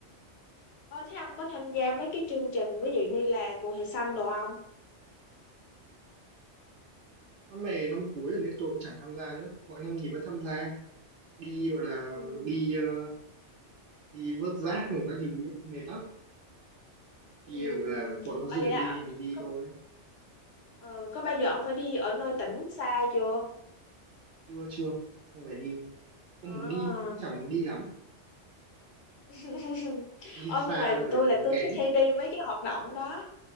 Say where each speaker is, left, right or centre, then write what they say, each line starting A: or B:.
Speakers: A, on the left (about 65°); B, on the right (about 60°).
A: Ờ, thế ông có tham gia mấy cái chương trình ví dụ như là mùa hè xanh đồ không
B: năm này năm cuối rồi nên tôi cũng chẳng tham gia nữa mọi năm thì vẫn tham gia đi gọi là
A: ừ.
B: đi ờ, đi vớt rác rồi các thứ ấy, mệt lắm đi
A: Ừ.
B: gọi là bọn nó
A: Ờ,
B: rủ
A: vậy là
B: đi thì mình đi
A: có,
B: thôi
A: ờ, có bao giờ ông phải đi ở nơi tỉnh xa chưa
B: chưa chưa không phải đi không
A: à.
B: muốn đi cũng chẳng muốn đi lắm
A: <laughs>
B: đi
A: Ờ,
B: xa
A: nhưng mà
B: rồi
A: tôi
B: tốn
A: là tôi
B: kém
A: thích hay đi mấy cái hoạt động đó